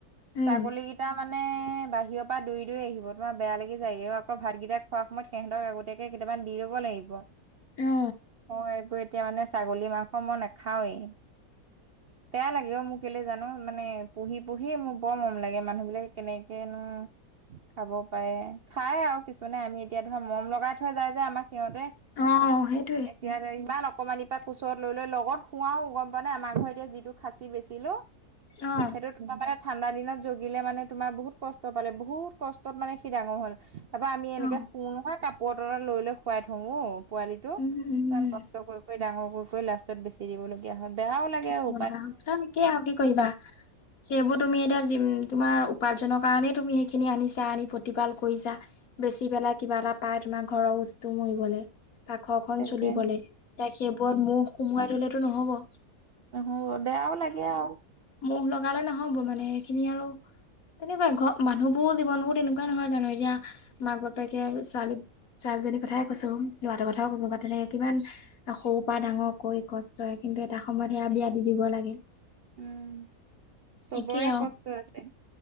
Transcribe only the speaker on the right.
ছাগলী
কেইটা মানে বাহিৰৰ পৰা দৌৰি দৌৰি আহিব। তোমাৰ বেয়া লাগি যায়গে। আকৌ ভাতকেইটা খোৱা সময়ত সিহঁতক আগতীয়াকে কেইটামান দি ল'ব লাগিব।
অ', এইবোৰে। এতিয়া মানে ছাগলী মাংস মই নাখাওঁৱেই। বেয়া লাগে অ', মোৰ কেলে জানো। মানে পুহি পুহি মোৰ বৰ মৰম লাগে। মানুহ বিলাকে কেনেকেনো খাব পাৰে। খাই আৰু কিছুমানে। আমি এতিয়া ধৰা মৰম লগাই থৈ যায় যে আমাক সিহঁতে।
ইয়াতে, ইমান অকমানিৰ পৰা কোচত লৈ লৈ, লগত শুৱাও গ'ম পোৱা নাই, আমাৰ ঘৰত এতিয়া যি টো খাচি বেচিলো
সেইটো তোমাৰ মানে ঠাণ্ডা দিনত জগিলে মানে, তোমাৰ বহুত কষ্ট পালে বহুত কষ্টত মানে সি ডাঙৰ হ'ল। তাৰা পাৰা আমি এনেকে
শুও নহয় কাপোৰ তলত লৈ লৈ শুৱাই থওঁ অ' পোৱালিটো।
ইমান
কষ্ট কষ্ট কৰি কৰি ডাঙৰ কৰি কৰি লাষ্টত বেচি দিবলগীয়া হয, বেয়াও লাগে আৰু।
তাকে
নহয়বাৰু, বেয়াও লাগে আৰু।
উম, চবৰে
কষ্ট আছে।